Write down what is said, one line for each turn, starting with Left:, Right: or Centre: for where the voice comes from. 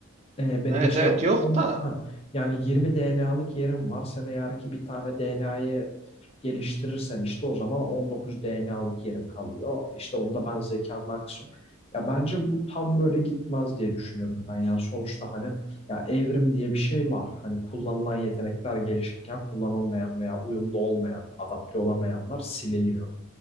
Left: ee, benim
Right: Evet
Left: işte
Right: evet yok
Left: on,
Right: da
Left: ha, yani 20 DNA'lık yerim var. Sen eğer ki bir tane DNA'yı geliştirirsen işte o zaman 19 DNA'lık yerim kalıyor. İşte onda ben zekandan kısıyorum. Ya bence bu tam böyle gitmez diye düşünüyorum ben. Yani sonuçta hani ya evrim diye bir şey var. Hani kullanılan yetenekler gelişirken kullanılmayan veya uyumlu olmayan, adapte olamayanlar siliniyor.